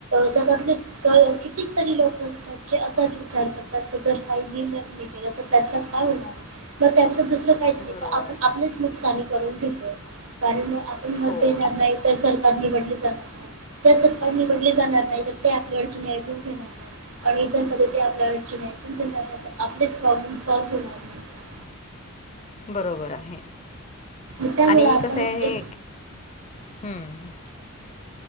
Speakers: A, on the right; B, on the left.
A: जगातले किती तरी लोक असतात जे असाच विचार करतात जर काही नाही केलं तर त्याच काय होणार? मग त्याचं दुसरं काहीच नाही
B: बरोबर
A: तर आपण
B: आहे
A: आपलीच नुकसानी करून घेतोय. कारण आपण
B: हो
A: मत देणार नाही तर सरकार निवडले जात त सरकार निवडले जाणार नाही तर ते आपल्या अडचणी ऐकून घेणार. आणि जर पधती आपल्यावरची नाही पण आपलेच प्रॉब्लेम सौल्व होणार. नाही
B: बरोबर आहे,
A: मग त्यामुळे
B: आणि
A: आपण
B: कसं हे,
A: एक
B: हम्.